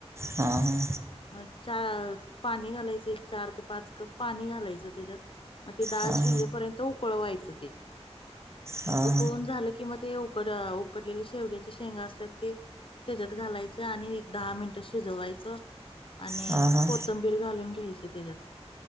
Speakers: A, on the right; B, on the left.
A: हां हां
B: मग चा पाणी घालायचं एक चार ते पाच कप पाणी घालायचं तेज्यात म ते डाळ
A: हां
B: शिजेपर्यंत उकळवायचं ते
A: हां
B: उकळून झालं की म ते उकड उकडलेले शेवग्याच्या शेंगा असत्यात ते. तेजात घालायचं आणि एक दहा मिनटं शिजवायचं आणि
A: हां हां हां हां
B: कोथंबीर घालून घ्यायची तेज्यात